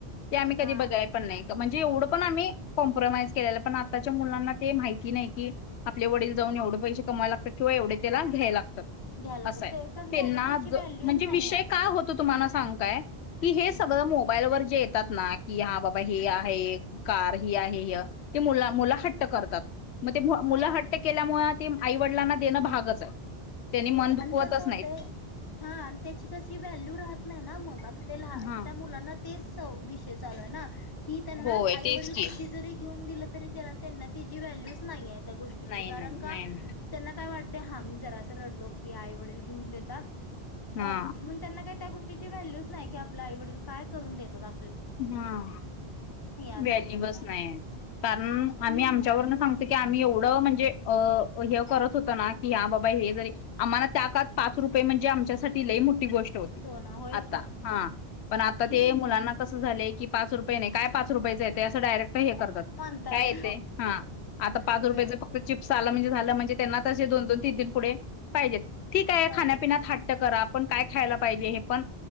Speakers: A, on the left; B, on the left.
A: ते आम्ही
B: हा
A: कधी बघाय पण नाही का म्हणजे एवढं पण आम्ही केलेलं, पण आताच्या मुलांना ते माहिती नाही की आपले वडील जाऊन एवढे पैसे कमवायला लागतात किंवा एवढे त्याला घ्यायला लागतत
B: घ्यायला लागतं
A: आसए
B: ते कसं
A: तेना
B: झालं त्याची
A: ज
B: व्हॅल्यू
A: म्हणजे
B: नाही
A: विषय
B: आहे
A: काय होतो तुम्हाला सांगुकाय की हे
B: हा
A: सगळ मोबाईलवर हे येतात ना की हा बाबा हे आहे कार ती आहे य ते मुला मूल हट्ट करतात मग ते मुलं
B: हा
A: मुलं हट्ट केल्यामुळ तेम आईवडलांना देणं भागच आहे त्यांनी
B: होयकी
A: मन दुखवतच
B: आणि कसं होतय
A: नाहीत
B: हां आणि त्याची कशी व्हॅल्यू राहत नाहीना मंग आ ते लहा
A: हा
B: त्या मुलांना ते सव विषय चालुयेना कि त्यांना
A: होय
B: आईवडील
A: तेच की
B: कितीजरी घेऊन दिलं तरी त्या त्यांना तिची व्हॅल्यूच नाहीये त्या गोष्टीची
A: नाही
B: कारण
A: नाही
B: का
A: नाही नाही
B: त्यांना काय वाट ते हामी जरास रडलोकी आई वडील घेऊन देतात
A: हा
B: अ मंग त्यांना काय त्या गोष टीची व्हॅल्यूच नाही की आपल्या आवडील का करून देतात आ
A: हम्म
B: आजकालच्या
A: व्हॅल्यूअच
B: मुलांना.
A: नाहीये कारण आम्ही
B: हं,
A: आमच्यावरन सांगतो की आम्ही एवढं म्हणजे अ अ ह्यो करत होत ना की हा बाबा हे जरी आम्हाला त्या काळात पाच रुपये म्हणजे आमच्यासाठी लई मो ठी गोष्ट होती
B: सोनं होय
A: आता
B: की.
A: हा पण आता
B: हं,
A: ते मुलांना झालेकी पाच रुपय नाही काय पाच रुपयचयेते डिरेक ट हे करतात
B: म्हणतात.
A: काय ते हां आता पाच
B: होय,
A: रुपयाच
B: होय.
A: फक्त चिप्स ला म्हणजे झाला म्हणजे त्यांना तशे दोन दोन तीन तीन पुढे पाहिजेत ठीक आहे
B: पाहिजे
A: खाण्यापिण्यात हाट्ट करा आपण काय खायला पाहिजे हे पण